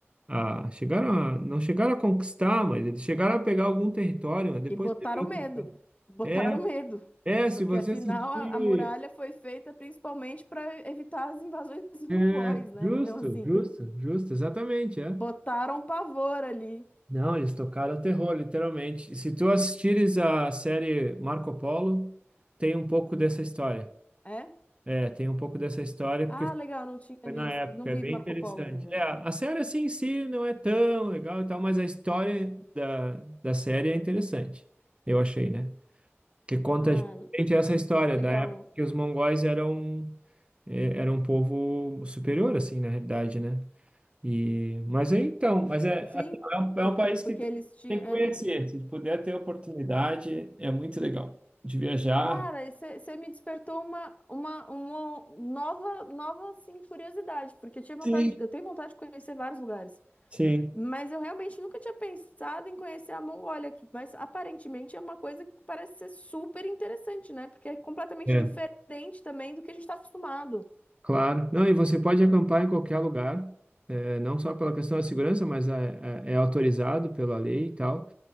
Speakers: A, on the right (about 25°); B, on the left (about 30°).
A: a, chegaram a, não chegaram a conquistar, mas eles chegaram a pegar algum território, mas depois
B: E botaram
A: teve outro-
B: medo, botaram
A: É,
B: medo,
A: é, se
B: porque
A: você
B: afinal
A: assistir,
B: a, a muralha foi feita principalmente para evitar as invasões <laughs>
A: é,
B: mongóis, né?
A: justo,
B: Então, assim,
A: justo, justo, exatamente, é.
B: botaram pavor ali,
A: Não, eles tocaram terror, literalmente. Se tu assistires a série Marco Polo, tem um pouco dessa história.
B: é?
A: É, tem um pouco dessa história
B: Ah,
A: porque
B: legal, não tinha
A: foi
B: visto,
A: na época,
B: não vi
A: é bem
B: Marco
A: interessante.
B: Polo ainda.
A: É, a série assim em si não é tão legal e tal, mas a história da, da série é interessante, eu achei, né? Que conta
B: Ah,
A: gente essa história
B: legal.
A: da época que os mongóis eram, é, eram um povo superior, assim, na realidade, né? E, mas é então, mas é,
B: Sim,
A: assim, é um, é
B: por-
A: um país
B: porque
A: que tem,
B: eles tinham,
A: tem que
B: eh,
A: conhecer.
B: eles...
A: Se puder ter oportunidade, é muito legal de viajar.
B: Cara, você me despertou uma, uma, uma nova, nova assim, curiosidade, porque eu tinha vontade,
A: Sim.
B: eu tenho vontade de conhecer vários lugares.
A: Sim,
B: Mas eu realmente nunca tinha pensado em conhecer a Mongólia que mas aparentemente é uma coisa que parece ser super interessante, né? Porque é completamente
A: é,
B: diferente também do que a gente está acostumado.
A: claro. Não, e você pode acampar em qualquer lugar, é, não só pela questão da segurança, mas é, é, é autorizado pela lei e tal.